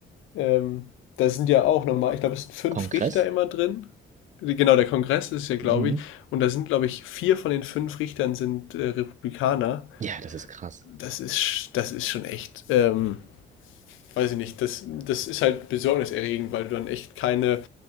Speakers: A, on the left; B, on the right.
A: ähm, da sind ja auch nochmal, ich glaube, es sind fünf
B: Kongress?
A: Richter immer drin. Genau, der Kongress ist ja, glaube
B: Mhm.
A: ich, und da sind, glaube ich, vier von den fünf Richtern sind äh, Republikaner.
B: Ja, das ist krass.
A: Das ist, das ist schon echt, ähm, weiß ich nicht, das, das ist halt besorgniserregend, weil du dann echt keine,